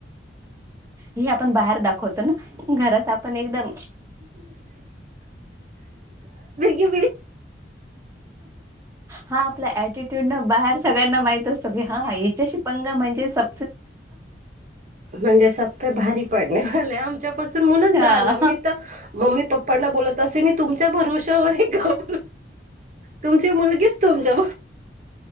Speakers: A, on the right; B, on the right.
A: हे आपण बाहेर दाखव होतो ना घरात आपण एकदम
B: बडी
A: हा आपला अटिट्यूड बाहेर सगळ्यांना माहित असतोी हा याच्याशी पंगा म्हणजे स
B: म्हणजे सबपे भारी पडने वले आम पासून मुलं झाला
A: हा
B: मी मम्मी पपांना बोलत असेल मी तुमच्या च्या भरवशावर एक गाब तुमची मुलगीच तुमच्या